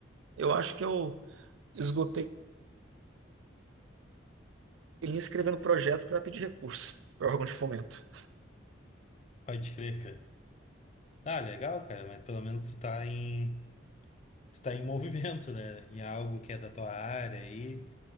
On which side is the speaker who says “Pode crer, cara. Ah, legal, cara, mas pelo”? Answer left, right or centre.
Left